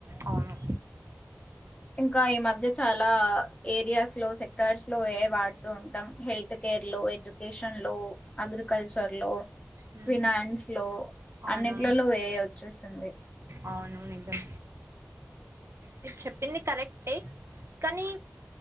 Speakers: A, on the right; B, on the left.
A: అవును
B: ఇం ఇంకా ఈ మధ్య చాలా ఏరియాస్ లో సెక్టర్స్ లో ఏఐ వాడుతూ ఉంటాం హెల్ హత్ కేర్ లో, ఎడ్యుకేషన్ లో, అగ్రికల్చర్ లో
A: మ్మ్
B: ఫినాన్స్ లో
A: అవును
B: అన్నిట్లలో ఏఐ వచ్చేసింది.
A: అవును నిజం మీరు చెప్పింది కరెక్టే కానీ